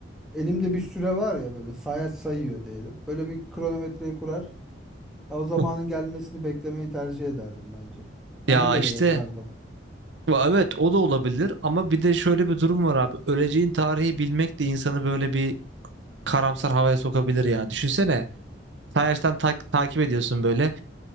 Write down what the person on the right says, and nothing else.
<laughs>
ya
işte
va- evet o da olabilir ama bir de şöyle bir durum var abi. Öleceğin tarihi bilmek de insanı böyle bir karamsar havaya sokabilir ya. Düşünsene. Sayaçtan tak- takip ediyorsun böyle.